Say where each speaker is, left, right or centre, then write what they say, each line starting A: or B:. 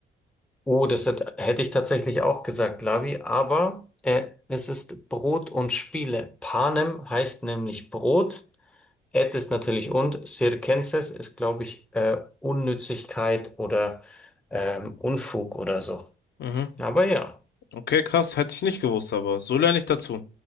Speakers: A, in the centre; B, on the left.
A: Oh, das hat, hätte ich tatsächlich auch gesagt, Lavi, aber äh, es ist Brot und Spiele. Panem heißt nämlich Brot. At ist natürlich und, Circenses ist, glaube ich, äh, Unnützigkeit oder ähm, Unfug oder so.
B: Mhm.
A: Aber ja.
B: Okay, krass, hätte ich nicht gewusst, aber so lerne ich dazu.